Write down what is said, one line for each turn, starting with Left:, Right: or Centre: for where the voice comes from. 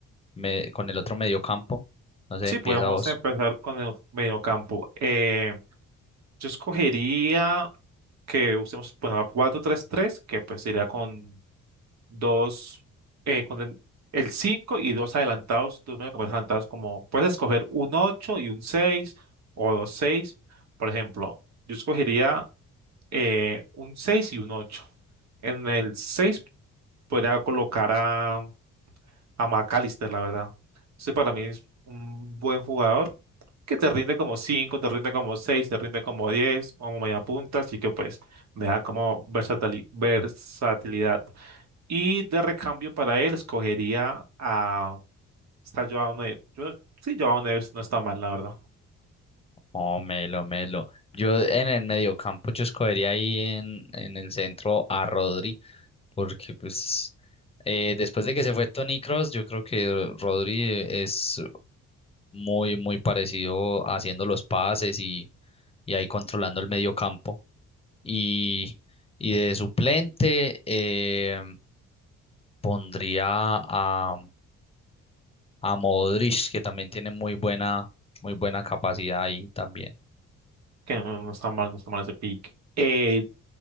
Left: me- con el otro mediocampo. No sé,
Right: Sí,
Left: empieza
Right: podemos
Left: vos.
Right: empezar con el mediocampo. Eh, Yo escogería que usemos, bueno, la 4 tres 3 que pues sería con dos, eh, con el, el 5 y dos adelantados, dos mediocampistas adelantados, como puedes escoger un 8 y un seis o dos seis Por ejemplo, yo escogería eh, un 6 y un ocho En el 6 podría colocar a a McAllister, la verdad. Ese para mí es un buen jugador que te rinde como cinco te rinde como seis te rinde como diez como media punta, así que pues me da como versatili- versatilidad. Y de recambio para él escogería a... Está Joao Neves. Yo- sí, Joao Neves no está mal, la verdad.
Left: Oh, Melo, Melo. Yo en el mediocampo yo escogería ahí en, en el centro a Rodrigo porque pues eh, después de que se fue Tony Cross yo creo que Rodri es muy, muy parecido haciendo los pases y, y ahí controlando el medio campo. Y, y de suplente eh, pondría a, a Modric, que también tiene muy buena, muy buena capacidad ahí también.
Right: Que no, no está mal, no está mal ese pick. Eh,